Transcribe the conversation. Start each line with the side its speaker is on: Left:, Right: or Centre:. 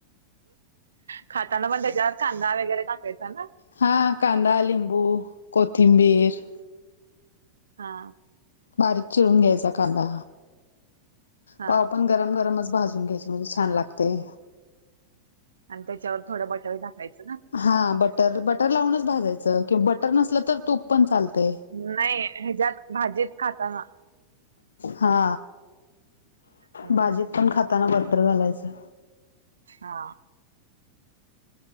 Right: खाताना पण त्याच्यावर कांदा वगैरे टाकायचा ना.
Left: हा कांदा लिंबू कोथिंबीर.
Right: हा.
Left: बारीक चिरून घ्यायचा कांदा
Right: हा
Left: पाव पण गरम गरमच भाजून घ्यायची म्हणजे छान लागतय.
Right: आणि त्याच्यावर थोडं बटर टाकायचं ना.
Left: हा बटर बटर लावूनच भाजायचं किंवा बटर नसलं तर तूप पण चालतय.
Right: नाही ह्याच्यात भाजीत खाताना.
Left: हा
Right: हम्म
Left: भाजीत पण खाताना बटर घालायचं.
Right: हा.